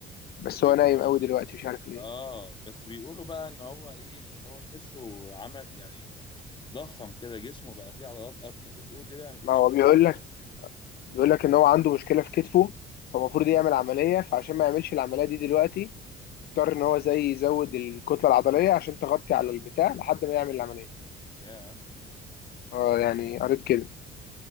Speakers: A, on the left (about 65°); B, on the left (about 30°).
A: بس
B: بيقولوا
A: هو نايم قوي
B: ال...
A: دلوقتي مش عارف ليه
B: اه بس بيقولوا بقى ان هو ايه هو تحسه عمل يعني ضخم كده جسمه بقى فيه عضلات اكتر بتقولوا دي بقى ما بقتش
A: ما هو
B: ما
A: بيقول
B: بقتش
A: لك بيقول لك ان هو عنده مشكله في كتفه فالمفروض يعمل عمليه فعشان ما يعملش العمليه دي دلوقتي اضطر ان هو زي يزود الكتله العضليه عشان تغطي على البتاع لحد ما يعمل العمليه
B: يا
A: اه يعني قريت كده